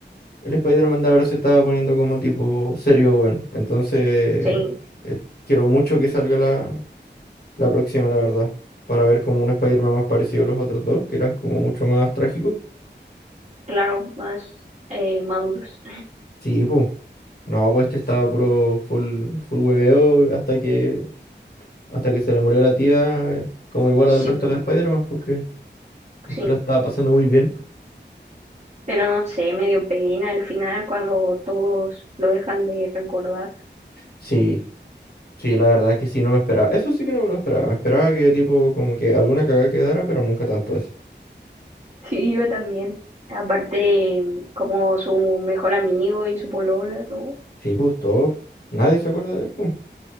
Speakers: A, on the left; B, on the right.
A: el Spider-Man de ahora se estaba poniendo como tipo serio, weón. Entonces,
B: Sí,
A: eh, quiero mucho que salga la, la próxima, la verdad. Para ver como un Spider-Man más parecido a los otros dos, que eran como mucho más trágicos.
B: claro, más eh, maduros.
A: Sí, pues. No, pues este estaba puro full, full hueveo hasta que, hasta que se le murió la tía, eh, como igual al
B: Sí,
A: resto
B: po,
A: de Spider-Man, porque este
B: sí.
A: la estaba pasando muy bien.
B: Pero no sé, me dio pena el final cuando todos lo dejan de recordar.
A: Sí, sí, la verdad es que sí, no me esperaba. Eso sí que no me lo esperaba. Me esperaba que tipo, como que alguna cagada quedara, pero nunca tanto así.
B: Sí, yo también. Aparte, como su mejor amigo y su polola, ¿no?
A: Sí, pues todos. Nadie se acuerda de él, pues.